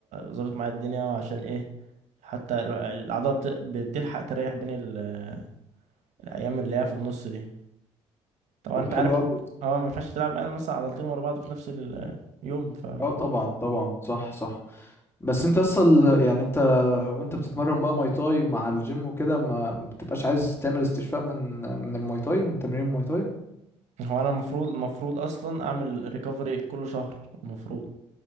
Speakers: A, on the right; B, on the left.
A: ظابط معايا الدنيا عشان ايه حتى ال- العضلة بت- بتلحق تريح بين ال- الأيام اللي هي في النص دي طبعا
B: طب
A: أنت
B: حلو
A: عارف
B: قوي
A: اه ما ينفعش تلعب يعني مثلا عضلتين ورا بعض في نفس اليوم ف
B: اه طبعا طبعا صح صح بس انت اصلا يعني انت وانت بتتمرن بقى ماي تاي مع الجيم وكده ما ما بتبقاش عايز تعمل استشفاء من من الماي تاي من تمرين الماي تاي
A: هو انا المفروض المفروض اصلا اعمل ريكفري كل شهر المفروض